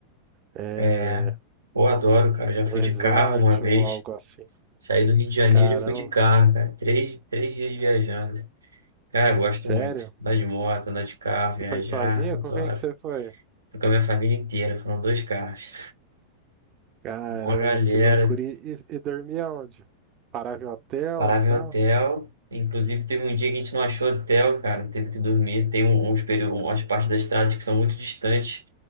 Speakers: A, on the right (about 35°); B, on the right (about 75°).
A: é,
B: É, pô, adoro, cara. Eu já
A: um
B: fui
A: resort
B: de carro uma vez.
A: ou algo assim.
B: Saí do Rio de Janeiro
A: Caramba,
B: e fui de carro, cara. Três, três dias viajando. Cara, eu gosto
A: sério?
B: muito. Andar de moto, andar de carro, viajar,
A: Tu foi sozinho?
B: adoro.
A: Com quem que você foi?
B: Fui com a minha família inteira, foram dois carros.
A: Caramba,
B: Uma galera,
A: que loucura! E, e, e dormia onde? Parava em hotel
B: parava
A: e tal?
B: em hotel. Inclusive, teve um dia que a gente não achou hotel, cara, teve que dormir. Tem um- uns períodos, umas partes das estradas que são muito distantes